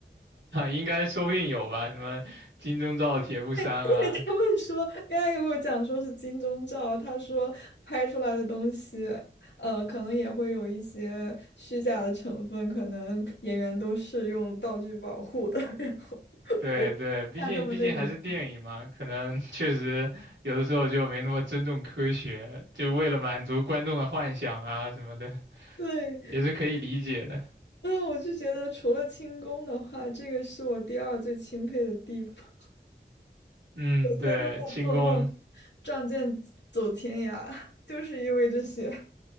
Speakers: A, on the right; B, on the left.
A: 应该说不定有吧，什么金钟罩铁布衫啊，
B: 为 <laughs> 他们说 AI 给我讲说是金钟罩，他说拍出来的东西，呃，可能也会有一些虚假的成分，可能演员都是用道具保护的。<laughs> 然后
A: 对对，
B: 我看他们的人，
A: 毕竟毕竟还是电影嘛，可能 <laughs> 确实有的时候就没那么尊重科学，就为了满足观众的幻想啊什么的，
B: <laughs> 对，
A: 也是可以理解的。
B: 嗯，我就觉得除了轻功的话，这个是我第二最钦佩的地方。
A: 嗯，对，
B: 天都在做梦，
A: 轻功
B: 仗剑走天涯，<laughs> 就是因为这些。